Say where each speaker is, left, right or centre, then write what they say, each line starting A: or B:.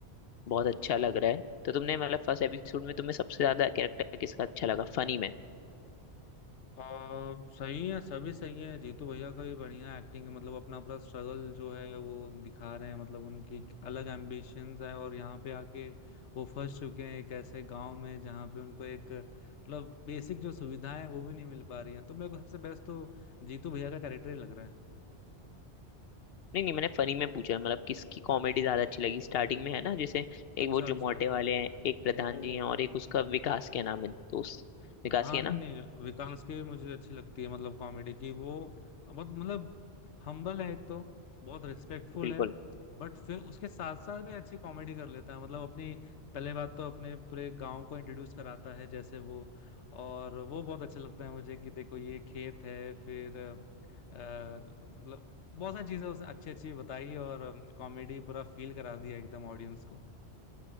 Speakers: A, on the left; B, on the left.
A: बहुत अच्छा लग रहा है तो तुमने मतलब फर्स्ट एपिसोड में तुम्हें सबसे ज्यादा कैरेक्टर किसका अच्छा लगा फनी में
B: अ, सही है सभी सही है जीतू भैया का भी बढ़िया एक्टिंग है मतलब अपना पूरा स्ट्रगल जो है वो दिखा रहे हैं मतलब उनकी एक अलग एम्बिशंस है और यहाँ पे आके वो फंस चुके हैं एक ऐसे गांव में जहाँ पे उनको एक मतलब बेसिक जो सुविधाएं हैं, वो भी नहीं मिल पा रही हैं तो मेरे को सबसे बेस्ट तो जीतू भैया का कैरेक्टर ही लग रहा है
A: नहीं नहीं मैंने फनी में पूछा मतलब किसकी कॉमेडी ज्यादा अच्छी लगी स्टार्टिंग में है ना जैसे एक
B: अच्छा
A: वो जुमोटे
B: अच्छा
A: वाले हैं एक प्रधान
B: ओ
A: जी हैं और एक उसका विकास क्या नाम है दोस्त विकास
B: हाँ
A: ही है
B: नहीं
A: ना
B: नहीं विकास की भी मुझे अच्छी लगती है मतलब कॉमेडी की वो बहुत मतलब हम्बल है एक तो बहुत रिस्पेक्टफुल
A: बिल्कुल
B: है बट फिर उसके साथ साथ भी अच्छी कॉमेडी कर लेता है मतलब अपनी पहले बात तो अपने पूरे गांव को इंट्रोड्यूस कराता है जैसे वो और वो बहुत अच्छा लगता है मुझे कि देखो ये खेत है फिर अ, मतलब बहुत सारी चीजें उसने अच्छी अच्छी बताई और कॉमेडी पूरा फील करा दिया एकदम ऑडियंस को